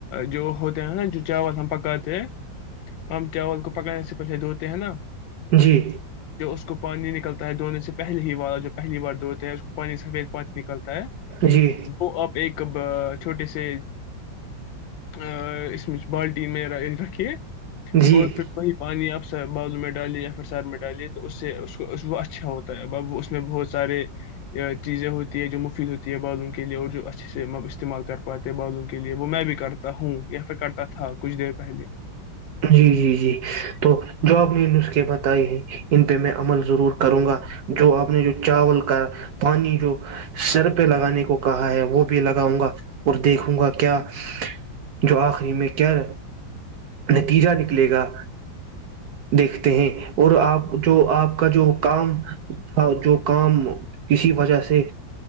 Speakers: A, on the left (about 80°); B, on the right (about 65°).
A: جو ہوتے ہیں ہے نا جو چاول ہم پکاتے ہیں ہم چاول کو پکڑنے سے پہلے دھوتے ہیں نا
B: جی
A: جو اس کو کو پانی نکلتا ہے دھونے سے پہے ہی والارا جو پہلی بار دوڑتا ہے اس کو پانی سفید پانی نکلتا ہے
B: جی
A: وہ اب ایک کب چھوٹے سے ا اس میں بالٹین میں رکھیے
B: جی
A: اور پھر وہی پانی آپ سے بالوں میں ڈالی یا پھر سر میں ڈالی تو اس سے وہ اچھا ہوتا ہے ا وہ اس میں بہت سے چیزیں ہوتی ہے جو مفید ہوتی ہے بالوں کے لیے اور جو ا اچھے سے م استعمال کر پاتے بغوں کے لیے وہ میں بھی کرتا ہوں یا پھر کرتا تھا کچھ دیر پہلے
B: جی جی جی تو جو آپ نے یہ نسخے بتائے ہیں ان پہ میں عمل ضرور کروں گا جو آپ نے جو چاول کا پانی جو سر پہ لگانے کو کہا ہے وہ بھی لگاؤں گا اور دیکھوں گا کیا جو آخری میں کیا نتیجہ نکلے گا دیکھتے ہیں اور آپ جو آپ کا جو کام تھا جو کام کسی وجہ سے